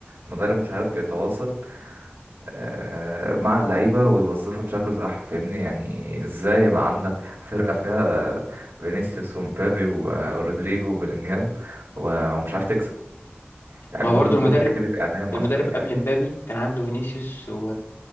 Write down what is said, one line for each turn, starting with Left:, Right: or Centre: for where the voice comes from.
Right: المدرب مش عارف يتواصل آه، مع اللعيبة ويوظفها بشكل صح فاهمني يعني ازاي يبقى عندك فرقة فيها فينيسيوس ومبابي و- ورودريجو وبيلينجهام و- ومش عارف تكسب يعني
Left: ما هو برضه
Right: دول
Left: المدرب
Right: دول كتيبة اعدام اصلا
Left: المدرب
Right: يعني
Left: قبل مبابي كان عنده فينيسيوس و...